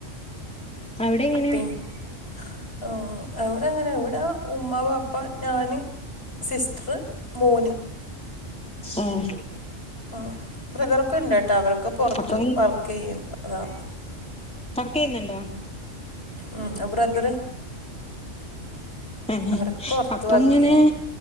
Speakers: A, in the centre; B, on the left.
A: അവിടെ എങ്ങനെയാ
B: പിൻ ഏ എവിടെങ്ങനെ വീടെ ഉമ്മാ വാപ്പ ഞാന് സിസ്റ്ററ് മോന്
A: ഉം
B: ഉം ബ്രദറൊക്കെണ്ട്ട്ടോ അവരൊക്കെ പൊറത്ത്
A: അപ്പൊ
B: വർക്ക് ചെയ്യും അതാ
A: വർക്കെയ്യുന്നുണ്ടോ?
B: ഉം ബ്രദറ്
A: ഏ
B: അവരൊക്കെ പുറത്ത്
A: അപ്പൊങ്ങനെ
B: വർക്ക് ചെയ്യും